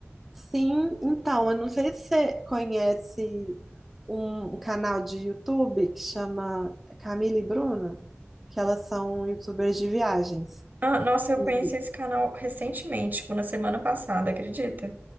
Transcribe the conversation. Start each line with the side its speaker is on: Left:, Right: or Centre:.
Centre: Sim, então, eu não sei se você conhece um canal de YouTube que chama Camila e Bruna, que elas são youtubers de viagens.
Right: Ah, nossa, eu
Centre: E-
Right: conheci esse canal recentemente, tipo, na semana passada, acredita?